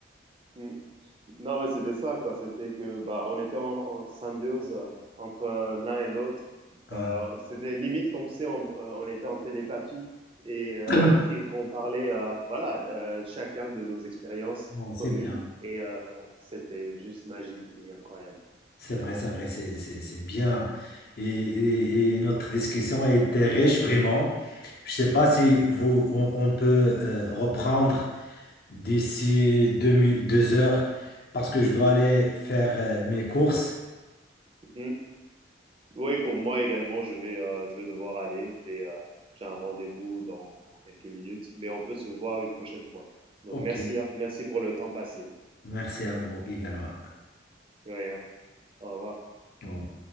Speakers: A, on the right; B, on the left.
A: mhm. Non, mais c'était ça, quoi. C'était que, bah, on était en, en symbiose euh, entre euh, l'un et l'autre.
B: Ah,
A: Euh, c'était limite comme si on, euh, on était en télépathie et, euh,
B: <coughs>
A: et
B: <clears throat>
A: qu'on parlait, euh, voilà, euh, chacun de nos expériences
B: bon, c'est
A: communes.
B: bien.
A: Et euh, c'était juste magique et incroyable.
B: C'est vrai, c'est vrai, c'est c'est- c'est bien. Et, et- et notre discussion a été riche, vraiment. Je ne sais pas si vous, on, on peut euh, reprendre d'ici deux, mi- deux heures parce que je dois aller faire euh, mes courses.
A: Mm. Oui, pour moi également, je vais, euh, je vais devoir aller. J'ai, euh, j'ai un rendez-vous dans, dans quelques minutes, mais on peut se voir une prochaine fois. Donc,
B: Ok.
A: merci, hein. Merci pour le temps passé.
B: Merci à vous également.
A: De rien. Au revoir.
B: Au